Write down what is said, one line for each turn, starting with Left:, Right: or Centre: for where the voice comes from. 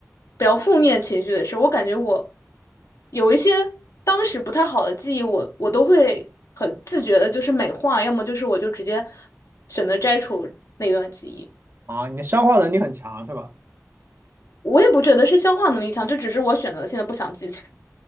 Left: 比较负面情绪的事儿我感觉我有一些当时不太好的记忆我，我都会很自觉的，就是美化，要么就是我就直接选择摘除那段记忆。
Right: 啊，你的消化能力很强是吧？
Left: 我也不觉得是消化能力强，就只是我选择性的不想记起。